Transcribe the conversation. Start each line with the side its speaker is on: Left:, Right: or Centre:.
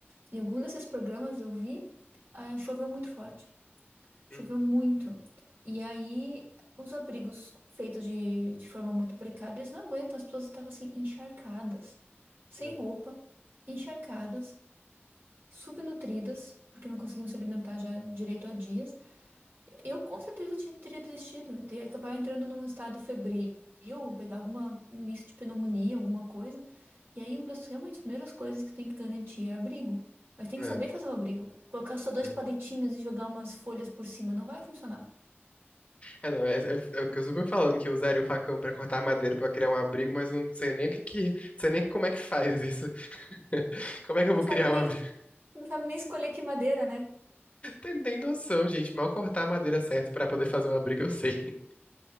Right: Em algum desses programas eu vi, ah, choveu muito forte. Choveu
Left: Hum,
Right: muito. E aí, os abrigos feitos de, de forma muito precária, eles não aguentam. As pessoas estavam assim, encharcadas, sem
Left: é,
Right: roupa, encharcadas, subnutridas, porque não conseguiam se alimentar já direito há dias. Eu com certeza ti- teria desistido, eu teria acabar entrando num estado febril, ou pegar alguma um início de pneumonia, alguma coisa. E aí, uma das realmente primeiras coisas que tem que garantir é abrigo. Mas tem que
Left: é,
Right: saber fazer o abrigo. Colocar só dois
Left: é.
Right: palitinhos e jogar umas folhas por cima não vai funcionar.
Left: É, não, é, é- é o que eu super falando, que eu usaria o facão pra cortar madeira pra criar um abrigo, mas eu não sei nem o que que, não sei nem como é que faz isso. <laughs> Como é que
Right: Não
Left: eu vou
Right: sabe
Left: criar
Right: nem,
Left: um abrigo? <laughs>
Right: não sabe nem escolher que madeira, né?
Left: Não nem noção, gente. Mal cortar a madeira certo pra poder fazer um abrigo, eu sei. <laughs>